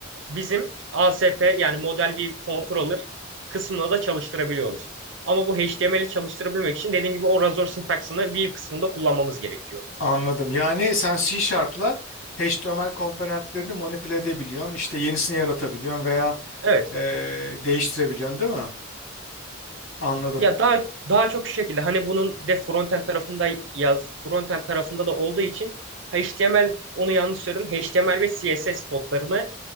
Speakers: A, on the right; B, on the left.
A: bizim ASP yani model view controller kısmına da çalıştırabiliyoruz. Ama bu HTML'i çalıştırabilmek için dediğim gibi o razor sintaksını view kısmında kullanmamız gerekiyor.
B: Anladım. Yani sen C Sharp'la HTML komponentlerini manipüle edebiliyorsun. İşte yenisini yaratabiliyorsun veya
A: Evet,
B: eee değiştirebiliyorsun değil mi? Anladım.
A: Ya daha daha çok şu şekilde hani bunun bir de frontend tarafında yaz frontend tarafında da olduğu için HTML onu yanlış söyledim. HTML ve CSS kodlarını